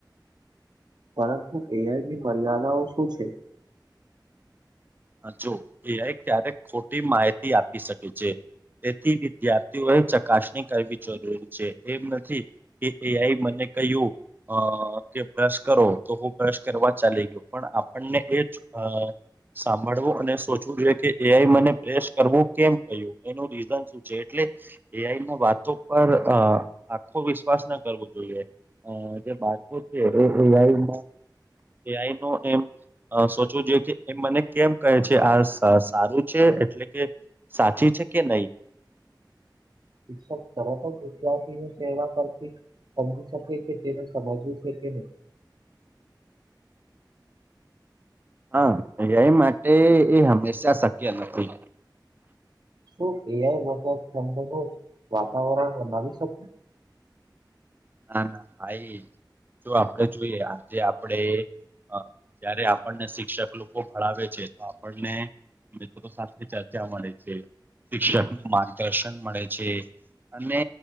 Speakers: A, on the right; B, on the right.
A: પરંતુ એઆઈની મર્યાદાઓ શું છે?
B: હા જો એઆઈ ક્યારેક ખોટી માહિતી આપી શકે છે. તેથી વિદ્યાર્થીઓએ ચકાસણી કરવી જરૂરી છે એમ નથી એ એઆઈ મને કહ્યું અ કે બ્રશ કરો તો હું બ્રશ કરવા ચાલી ગયો પણ આપણને એ જ અ સાંભળવો અને સોચવું જોઈએ કે એ આઈ મને પ્રેસ કરવું કેમ કહ્યું એનું રીઝન શું છે એટલે એઆઈના વાતો પર અ આખો વિશ્વાસ ન કરવો જોઈએ. અ જે બાળકો છે એ એઆઈમાં એઆઈનો એમ અ સોચવું જો ઈકે એ મને કેમ કહે છે આ સા સારું છે એટલે કે સાચી છે કે નઈ.
A: શિક્ષક તરત જ વિદ્યાર્થીની સેવા કરથી સમજી શકે કે જેને સમજવું છે કે નઈ.
B: હા, એઆઈ માટે એ હંમેશા શક્ય નથી.
A: શું એઆઈ <unintelligible> વાતાવરણ બનાવી શકે?
B: ના ના, ભાઈ જો આપડે જોઈએ આજે આપડે અ જયારે આપણને શિક્ષક લોકો ભણાવે છે તો આપણને મિત્રો સાથે ચ ર્ચા મળે છે શિક્ષકનું માર્ગદર્શન મળે છે. અને